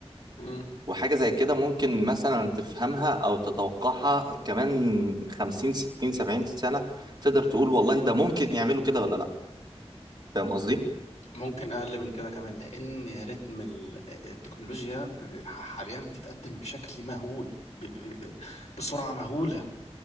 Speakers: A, on the left; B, on the right.
A: مم.
B: وحاجة زي كده ممكن مثلا تفهمها أو تتوقعها كمان خمسين ستين سبعين سنة تقدر تقول والله ده ممكن يعملوا كده ولا لأ فاهم قصدي؟
A: ممكن اقل من كده كمان لان رتم ال- التكنولوجيا ب- ب- حاليا بتتقدم بشكل مهول ب- ب- ب- بسرعه مهوله